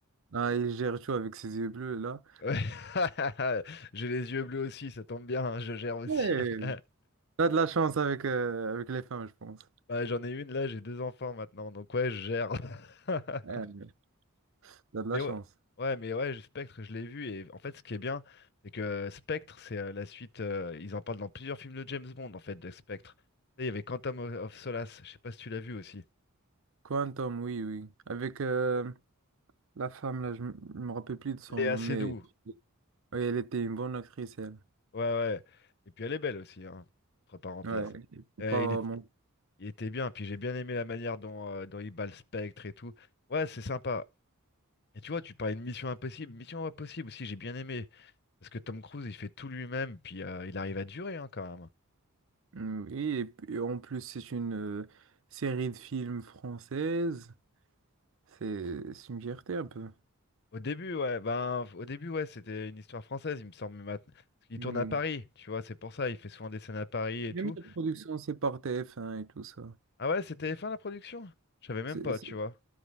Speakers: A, on the right; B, on the left.
A: Ah, il gère tout avec ses yeux bleus là.
B: Ouais. <laughs> J'ai les yeux bleus aussi, ça tombe bien, hein, je gère aussi.
A: Ouais,
B: <laughs>
A: t'as de la chance avec euh, avec les femmes, je pense.
B: Bah, j'en ai une là, j'ai deux enfants maintenant, donc ouais, je gère. <laughs>
A: Ouais, t'as de la
B: Mais ouais,
A: chance.
B: ouais, mais ouais, Spectre, je l'ai vu, et en fait, ce qui est bien, c'est que Spectre, c'est euh, la suite, euh, ils en parlent dans plusieurs films de James Bond, en fait, de Spectre. Tu sais, Il y avait Quantum of Solace, je sais pas si tu l'as vu aussi.
A: Quantum, oui, oui. Avec euh, la femme, là, je m- je me rappelle plus de son
B: Léa
A: nom,
B: Seydoux,
A: mais oui, elle était une bonne actrice, elle.
B: ouais, ouais. Et puis elle est belle aussi, hein, entre parenthèses.
A: Ouais, il faut
B: Euh,
A: pas
B: il est-
A: mon-
B: il était bien, puis j'ai bien aimé la manière dont, euh, dont il bat le Spectre et tout. Ouais, c'est sympa. Et tu vois, tu parlais de Mission Impossible. Mission Impossible aussi, j'ai bien aimé. Parce que Tom Cruise, il fait tout lui-même, puis euh, il arrive à durer hein, quand même.
A: Mm, Oui, et puis, en plus, c'est une euh, série de films française. C'est c'est une fierté un peu.
B: Au début, ouais, ben, au début, ouais, c'était une histoire française, il me semble, mais maintenant. Parce qu'il
A: Mmh,
B: tourne à
A: Oui.
B: Paris, tu vois, c'est pour ça, il fait souvent des scènes à Paris et
A: Même
B: tout.
A: la production, c'est par TF1 et tout ça.
B: Ah ouais, c'était fin la production? Je savais même
A: C'est
B: pas,
A: c'est
B: tu vois.